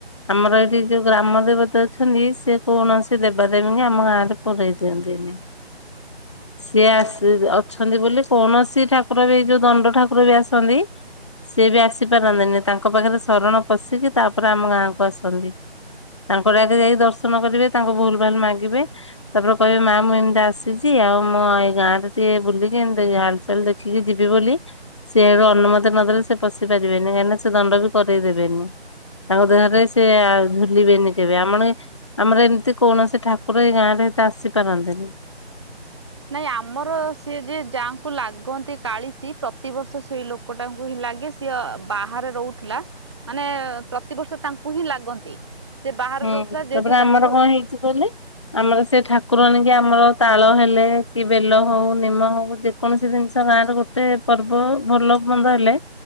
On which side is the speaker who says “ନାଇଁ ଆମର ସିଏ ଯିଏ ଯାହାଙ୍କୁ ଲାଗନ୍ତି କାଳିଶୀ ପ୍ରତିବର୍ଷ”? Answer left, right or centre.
Right